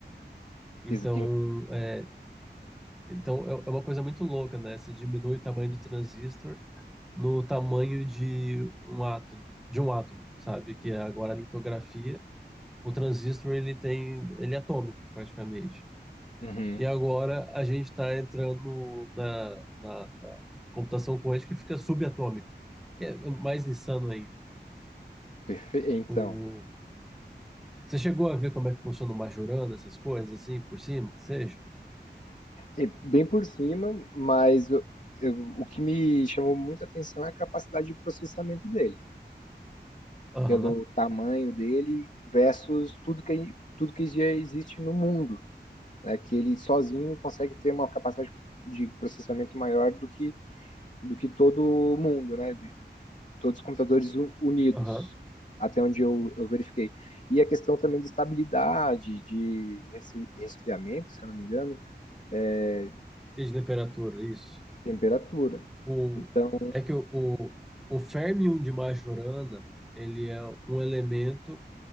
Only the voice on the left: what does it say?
Ex-
Uhum.
Perfe- Então,
é bem por cima, mas eu- eu- o que me chamou muita atenção é a capacidade de processamento dele,
pelo tamanho dele versus tudo que, tudo que já existe no mundo, né? Que ele sozinho consegue ter uma capacidade de processamento maior do que, do que todo o mundo, né? de Todos os computadores un- unidos,
até onde eu, eu verifiquei. E a questão também de estabilidade, de resfri- resfriamento, se eu não me engano é,
temperatura.
Então,